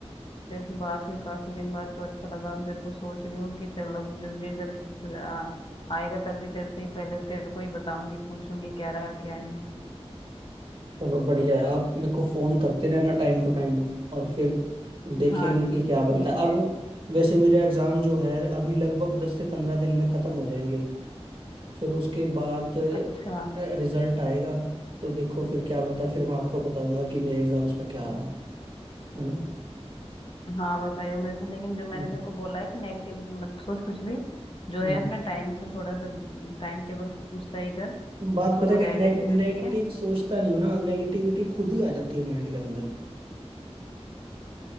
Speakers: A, on the left; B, on the right.
A: तेरे से बात हुई काफी दिन बाद तो अच्छा लगा मेरे को सोच रही हूँ कि चल अब जब रिजल्ट आ- आएगा तब भी तेरे से ही पहले तेरे को ही बताऊंगी पूछूंगी क्या रहा क्या नहीं
B: चलो बढ़िया है आप मेरे को फोन करते रहना टाइम टू टाइम और फिर देखेंगे
A: हाँ
B: कि क्या बनता
A: ठीक
B: है
A: है
B: अब वैसे मेरे एग्जाम जो है अभी लगभग दस से पंद्रह दिन में खत्म हो जाएंगे फिर उसके बाद
A: अच्छा
B: रिजल्ट आएगा तो देखो फिर क्या बनता है फिर मैं आपको बताऊंगा कि मेरे एग्जाम्स का क्या रहा है ना
A: हाँ बताइयो मेरे को लेकिन जो मैंने
B: हम्म,
A: तेरे को बोला है कि नेगेटिविटी मत सोच कुछ भी जो
B: हम्म।
A: है अपना टाइम से थोड़ा सा टाइम टेबल सही कर
B: बात
A: तो
B: पता
A: हो
B: है कि
A: जाएगा
B: ने,
A: तेरा
B: नेगेटिव
A: ठीक है
B: सोचता नहीं हूं ना नेगेटिविटी खुद ही आ जाती है माइंड के अंदर